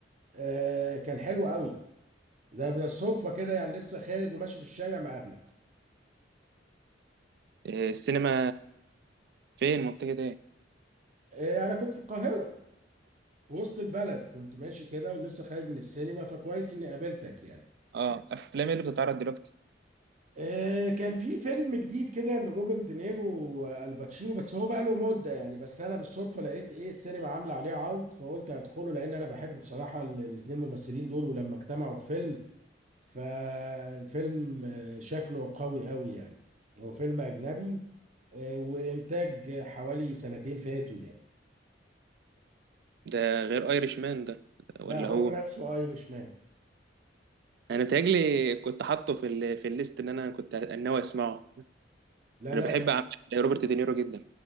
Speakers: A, on the right; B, on the right.
A: آه كان حلو قوي ده بالصدفه كده يعني لسه خارج وماشي في الشارع مقابلك
B: إيه، السينما فين منطقه ايه
A: آه انا كنت في القاهره في وسط البلد كنت ماشي كده ولسه خارج من السينما فكويس اني قابلتك يعني
B: اه افلام ايه اللي بتتعرض دلوقتي
A: آه، كان في فيلم جديد كده لروبرت دينيرو والباتشينو بس هو بقى له مده يعني بس انا بالصدفه لقيت ايه السينما عامله عليه عرض فقلت هدخله لان انا بحب بصراحه ال- الاتنين ممثلين دول ولما اجتمعوا في فيلم فالفيلم آه، شكله قوي قوي يعني هو فيلم اجنبي آه، وانتاج حوالي سنتين فاتوا يعني
B: ده غير ايرش مان ده ولا
A: لا هو
B: هو
A: نفسه ايرش مان
B: انا بتهيألي كنت حاطه في ال... في الليست اللي انا كنت ناوي اسمعه
A: لا
B: انا
A: لا
B: بحب اعمال روبرت دينيرو جدا